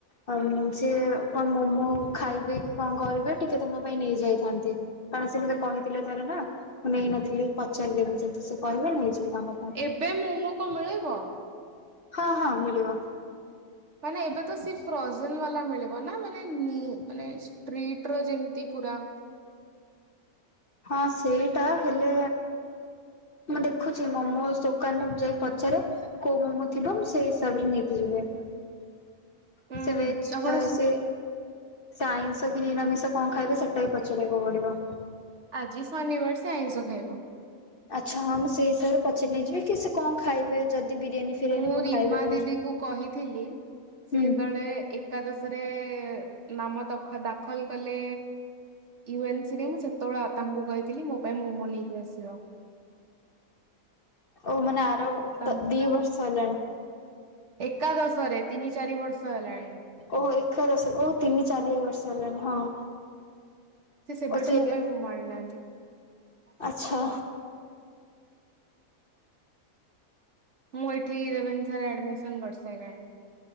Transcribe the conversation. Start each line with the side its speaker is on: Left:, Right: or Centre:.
Left: ଅ, ସେ କଣ ମୋମୋ ଖାଇବେ କି? କଣ, କରିବେ ଟିକେ ତାଙ୍କ ପାଇଁ ନେଇଯାଇଥାନ୍ତି । କାରଣ ସେ ମତେ କହିଥିଲେ, ଥରେ ନା। ମୁଁ ନେଇନଥିଲି, ପଚାରିଦେଲିି ଯଦି ସେ କହିବା ନେଇଯିବି। ତାଙ୍କ ପାଇଁ।
Right: ଏବେ ମୋମୋ କଣ, ମିଳିବ?
Left: ହଁ, ହଁ ମିଳିବ।
Right: ମାନେ ଏବେ ତ ସିକ୍ସ ପ୍ରଜନ ବାଲା ମିଳିବ, ନା ମାନେ ମାନେ ଷ୍ଟ୍ରୀଟ୍ ର ଯେମତି ପୁରା
Left: ହଁ ସେଇଟା ହେଲେ ମୁଁ ଦେଖୁଛି ମୋମୋସ୍, ଦୋକାନରେ ଯାଇ ପଚାରେ, କୋଉ ମୋମୋ ଥିବ। ମୁଁ ସେଇ ହିସାବରେ, ନେଇକି ଯିବି। ସେ
Right: ଉଁ
Left: ସେବେେଜ
Right: ଆପଣ
Left: ଖା <unintelligible>
Right: ସୁ
Left: ସେ ଆଇନ୍ସ କି ନିରାମିଷ, କଣ ଖାଇବେ ସେଟା ବି ପଚାରିବାକୁ ପଡିବ।
Right: ଆଜି ଶନିବାର, ସେ ଆଇଁଷ ଖାଇବା।
Left: ଆଚ୍ଛା ହଁ। ମୁଁ ସେଇ ହିସାବରେ ପଚାରିକି ନେଇଯିବି ।କି ସେ କଣ ଖାଇବେ ଯଦି ବିରିୟାନୀ ଫିରିୟାନୀ
Right: ମୁଁ
Left: କଣ
Right: ରିମା
Left: ଖାଇବେ କହିବେ
Right: ଦିଦି କୁ, କହିଥିଲି।
Left: ହୁଁ
Right: ସେ ତଳେ ଏକାଦଶ ରେ, ନାମ ଦଖ-ଦାଖଲ କଲେ ୟୁ ଏନ୍ ସି ରେ, ମୁଁ ସେତେବେଳେ ତାଙ୍କୁ କହିଥିଲି, ମୋ ପାଇଁ ମମୋ ନେଇକି ଆସିବ।
Left: ଓ ମାନେ
Right: ତା-ଏକାଦଶରେ
Left: ତ ଦି ବର୍ଷ ହେଲାଣି।
Right: ତିନି, ଚାରି ବର୍ଷ ହେଲାଣି
Left: ଓହୋ, ଏକାଦଶ ଓ ତିନି, ଚାରି ବର୍ଷ ହେଲାଣି ।ହଁ
Right: ସେ ସେବେଠୁ,
Left: ଓ
Right: ମୋ
Left: ଏବେ
Right: ପାଇଁ ମୋମୋ ଆଣି ନାହାନ୍ତି।
Left: ଆଚ୍ଛା
Right: ମୁଁ ଏଠି ରେଭେନ୍ସା ରେ, ଆଡମିସନ କରିସାରିଲିଣି।